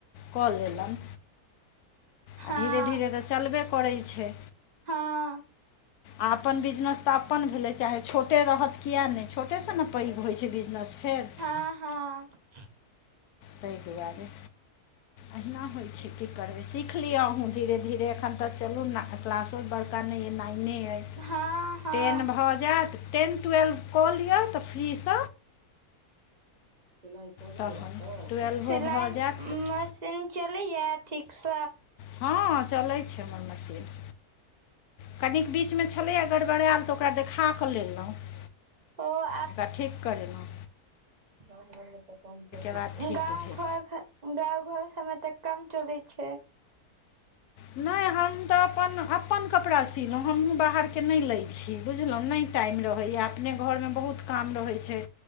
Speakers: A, on the left; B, on the right.
A: कऽ लेलन
B: हँ
A: आ धीरे- धीरे तऽ चलबे करय छै।
B: हँऽ
A: आ अपन बिजनेस त अपन भेलै चाहे छोटे रहत कियै नै छोटेसँ ने पैघ होय छै, बिजनेस फेर
B: हँ -हँ
A: तैय दुआरे, अहिना होय छै की करबै सीख सीखलिय अहूँ धीरे- धीरे, अखन त चलू न क्लासो बड़का नैय नहि। नै अय
B: हँ हँ हँ
A: टेन भऽ जैत टेन टुवेलभ कऽ लिय तऽ फ्री स
B: सिलाइ चलय
A: तहन
B: ये ओत,
A: ट्वेल्वो
B: सिलाइ
A: भऽ जायत
B: मशीन चलैया ठीकस।
A: हँ चलै छै हमर मशीन। कनि बीचमे छलै गड़बड़ेल, तऽ ओकरा देखा कऽ लेलोंह।
B: ओ अप
A: ओकरा ठीक करैलों।
B: गाम घर मे तऽ कम चलय
A: बाद
B: छै
A: ठीक
B: गांव
A: भेल
B: घर गाँव घर सबमे तऽ कम चलै छै।
A: नैय हम तऽ अपन -अपन। कपड़ा सिलों, हमहुँ बाहरके नहि लै छी, बुझलहुँ नहि टाइम रहैया, अपने घरमे बहुत काम रहै छै